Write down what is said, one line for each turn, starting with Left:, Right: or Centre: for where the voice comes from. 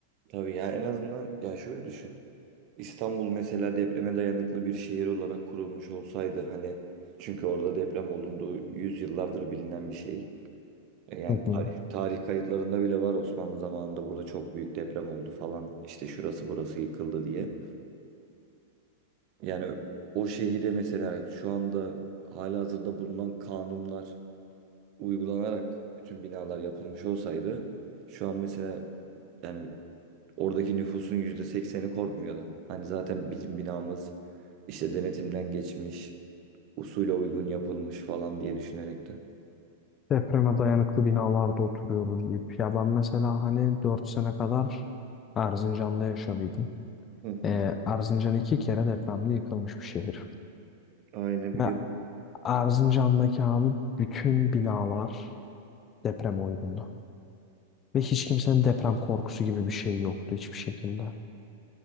Right: Tabii yani en azından ya şöyle düşün. İstanbul mesela depreme dayanıklı bir şehir olarak kurulmuş olsaydı hani çünkü orada deprem olunduğu yüzyıllardır bilinen bir şey. E, Yani
Left: Hı hı.
Right: tarih, tarih kayıtlarında bile var Osmanlı zamanında burada çok büyük deprem oldu falan işte şurası burası yıkıldı diye. Yani o şehire mesela şu anda halihazırda bulunan kanunlar uygulanarak bütün binalar yapılmış olsaydı şu an mesela yani Oradaki nüfusun %80'i korkmuyordu. Hani zaten bizim binamız işte denetimden geçmiş, usule uygun yapılmış falan diye düşünerek de.
Left: Depreme dayanıklı binalarda oturuyoruz deyip. Ya ben mesela hani 4 sene kadar Erzincan'da yaşadıydım.
Right: Hı hı.
Left: Ee, Erzincan iki kere depremde yıkılmış bir şehir.
Right: Aynen
Left: Ve
Right: biliyorum.
Left: Erzincan'daki abi bütün binalar deprem uygundu. Ve hiç kimsenin deprem korkusu gibi bir şey yoktu hiçbir şekilde.